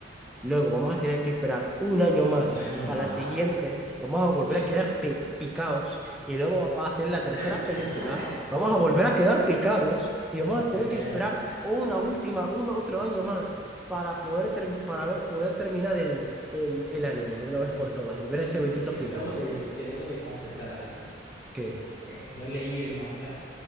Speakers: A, in the centre; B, on the left.
A: Luego vamos a tener que esperar un año más
B: un año
A: para
B: más.
A: la siguiente. Vamos a volver
B: ¿Qué?
A: a quedar pe- picados. Y luego va va a ser la tercera
B: <laughs>
A: película. Vamos a volver a quedar picados. Y
B: Maldita
A: vamos a tener
B: sea
A: que esperar una última, un otro año más para poder, term- para ver, poder terminar el, el,
B: el,
A: el anime de
B: el
A: una vez
B: anime.
A: por todas y ver
B: Que,
A: ese bendito
B: que
A: final.
B: debo de, que debo de confesar algo.
A: ¿Qué?
B: Eh, yo leí el manga